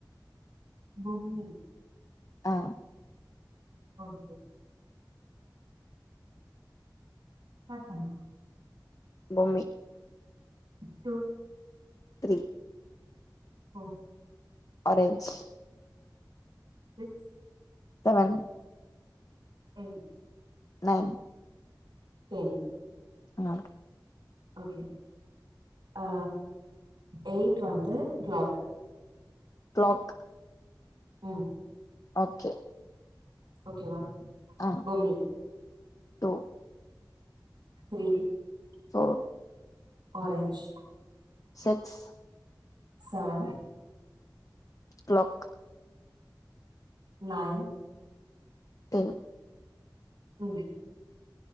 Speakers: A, on the right; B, on the left.
A: பொம்மி
B: ஆ
A: ஓகே ஸ்டார்ட் பண்லா.
B: பொம்மி.
A: Two
B: three
A: four
B: orange
A: six
B: seven
A: eight
B: nine
A: ten
B: ஆ
A: ஓகே ஆ எய்ட் வந்து கிளாக்.
B: க்ளாக்
A: ம்
B: ஓகே
A: ஓகேவா?
B: ஆ
A: பொம்மி
B: two
A: three
B: four
A: orange
B: six
A: seven
B: clock
A: nine
B: ten
A: ம்